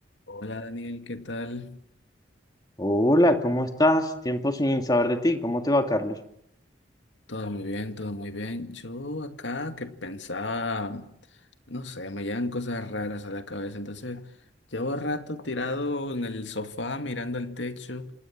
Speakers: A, on the left (about 85°); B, on the left (about 20°).
A: Hola Daniel, ¿qué tal?
B: Hola, ¿cómo estás? Tiempo sin saber de ti. ¿Cómo te va, Carlos?
A: Todo muy bien, todo muy bien. Yo acá que pensaba, no sé, me llegan cosas raras a la cabeza. Entonces, llevo rato tirado en el sofá mirando el techo